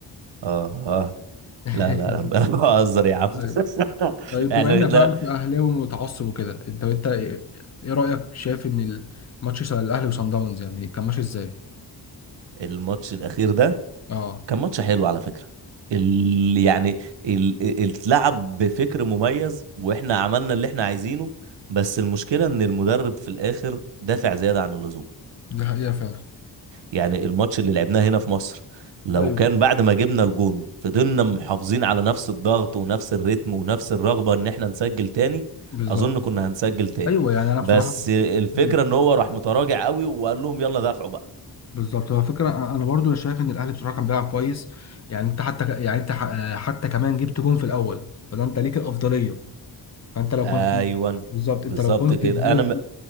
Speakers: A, on the right (about 75°); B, on the left (about 40°).
A: اه اه
B: <laughs>
A: لا لا انا <laughs> بهزر يا عم
B: ايوه
A: <laughs>
B: طيب
A: يعني
B: بما انك
A: لا
B: بقى انت اهلاوي متعصب وكده انت انت ايه إيه رايك شايف ان الماتش بتاع الاهلي وصن داونز يعني كان ماشي ازاي؟
A: الماتش الاخير ده
B: اه
A: كان ماتش حلو على فكره ال... يعني ال... ال- اتلعب بفكر مميز واحنا عملنا اللي احنا عايزينه بس المشكله ان المدرب في الاخر دافع زياده عن اللزوم
B: ده حقيقه فعلا
A: يعني الماتش اللي لعبناه هنا في مصر لو
B: ايوه
A: كان بعد ما جبنا الجون فضلنا محافظين على نفس الضغط ونفس الريتم ونفس الرغبة ان احنا نسجل تاني
B: بالظبط
A: اظن كنا هنسجل تاني
B: ايوه يعني انا
A: بس
B: بصراحه
A: الفكرة
B: مم.
A: ان هو راح متراجع قوي وقال لهم يلا دافعوا بقى
B: بالظبط هو فكره أ- انا برضو شايف ان الاهلي بصراحه كان بيلعب كويس يعني انت حتى ك- يعني انت ح- حتى كمان جبت جون في الاول فده انت ليك الافضليه فانت لو
A: ايوان
B: كنت بالظبط انت
A: بالظبط
B: لو كنت
A: كده
B: فضلت
A: انا م...